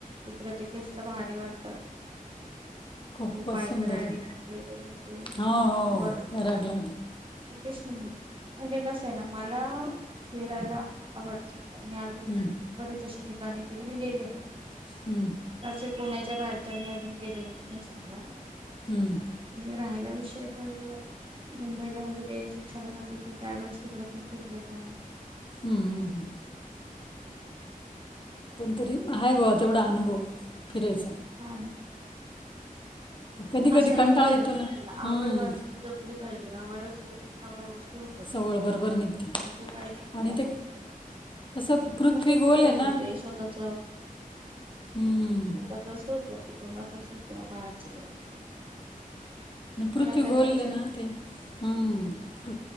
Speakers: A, on the right; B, on the left.
A: तिकड पकीसलं भारी वाटत
B: खूपच
A: क बाईक
B: सुंदर
A: रायडिंग
B: आहे
A: वगैरे ते
B: हो हो
A: बर्फ
B: पॅराग्लायडिंग
A: इथेच म्हण म्हणजे कस आहे ना मला फिरायला आवडतो अजून
B: हम्म,
A: बरीच अशी ठिकाणी किती मी गेले नाही
B: हम्म,
A: तसेच पुण्याच्या बाहेर तर मी अजून केेले स्मशा
B: हम्म
A: राहायला विषय तर मुंबईला वगैरे शिक्षणाला होते त्यावेेळेस तिकडे पण फिरलेले आहे
B: हम्म हम्म हम्म पण तरी हा बवा तेवढा अनुभव फिरायचा
A: हा
B: पण कधी कधी
A: असायला
B: कंटाळा
A: पाहिजे
B: येतो
A: माणसाला
B: ना हां
A: आवड माणसाला जपली पाहिजे आवड असली तर सगळ्या गोष्टी हो तझं
B: सवड बरोबर निघते
A: काहीच होत
B: आणि
A: नाही
B: ते कसं पृथ्वी
A: मग कुठले
B: गोल आहे
A: असं
B: ना
A: होते स्वतःच
B: हम्म.
A: स्वतःच असो किंवा कटुंबाच असो किंवा बाहेरच का असत
B: पृथ्वी
A: त्या
B: गोलले
A: त्याच
B: ना ते हम्